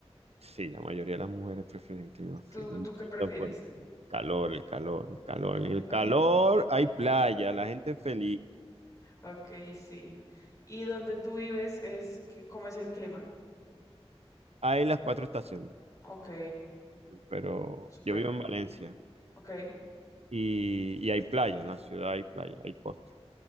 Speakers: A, on the right (about 75°); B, on the left (about 30°).
A: Sí, la mayoría de las mujeres prefieren el clima frío.
B: ¿Tú,
A: No
B: tú
A: entiendo
B: qué prefieres?
A: por qué. Calor, el calor, el calor.
B: ¿El calor?
A: En el calor hay playa, la gente es feliz.
B: Ok, sí. ¿Y donde tú vives es que, cómo es el clima?
A: Hay las cuatro estaciones,
B: Ok,
A: pero
B: súper.
A: yo vivo en Valencia.
B: Ok,
A: y, y hay playa, en la ciudad hay playa, hay costa